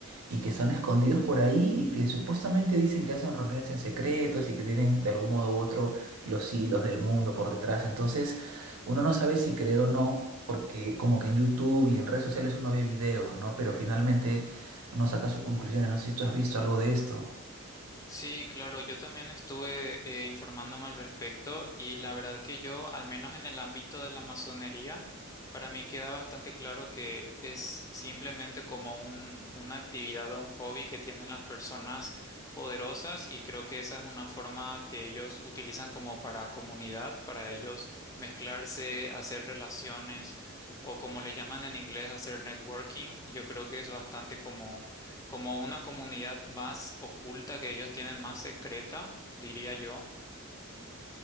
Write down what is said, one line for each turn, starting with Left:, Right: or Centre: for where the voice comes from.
Right: y que están escondidos por ahí y que supuestamente dicen que hacen reuniones en secretos y que tienen de algún modo u otro los hilos del mundo por detrás. Entonces, uno no sabe si creer o no, porque como que en YouTube y en redes sociales uno ve videos, ¿no? Pero finalmente uno saca sus conclusiones. No sé si tú has visto algo de esto.
Left: Sí, claro, yo también estuve eh, informándome al respecto y la verdad que yo, al menos en el ámbito de la masonería, para mí queda bastante claro que es simplemente como un, una actividad o un hobby que tienen las personas poderosas y creo que esa es una forma que ellos utilizan como para comunidad, para ellos mezclarse, hacer relaciones o como le llaman en inglés, hacer networking. Yo creo que es bastante como como una comunidad más oculta que ellos tienen, más secreta, diría yo.